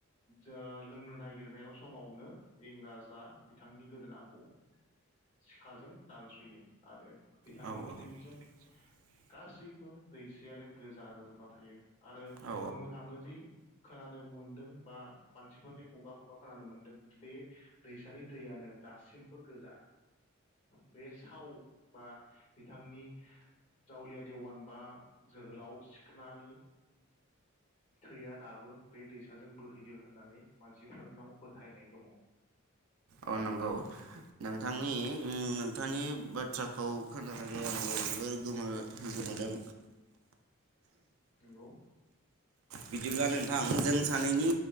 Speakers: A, on the left; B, on the right.
A: जा लोंनो नागिरनायाव समाव। नों इंराजआ बिथांनि गोदोनाखौ। सिखाजों दानस'यो आरो बिथांनि
B: औ
A: थैजों।
B: <inaudible>
A: गासैबो दैसायानो गोजा जाजोबना थायो आरो
B: औ
A: बुंनो थाङो जि। खोनानो मोनदों बा मानसिफोरनि खुगा खुगा खोनानो मोनदों। बे दैसानि दैयानो दासिमबो गोजा। बे साव बा बिथांनि। जावलिया देवान बा जोहोलाव सिखोनानि। थैया दाबो बे दैसाजों बोहैयो होनानै मानसिफोरनाव फोथायनाय दङ।
B: औ नंगौ नोंथांनि।
A: औ
B: नोंथांनि बाथ्राखौ खोनानानै आंबो जोबोर गोमो गोमादों।
A: नोंगौ।
B: बिदिब्ला नोंथां जों सानैनि